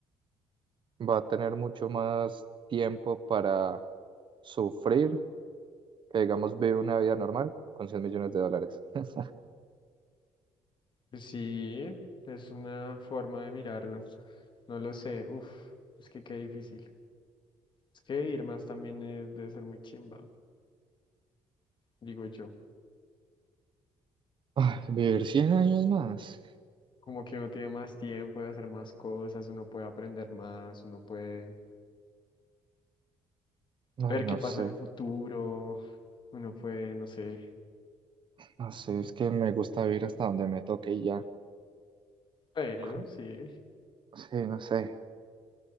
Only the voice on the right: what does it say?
va a tener mucho más tiempo para sufrir que, digamos, vivir una vida normal con 100 millones de dólares. <laughs>
Ay, vivir cien años
más.
Ay,
no
sé,
no sé, es que me gusta vivir hasta donde me toque y ya.
Como-
Sí, no sé,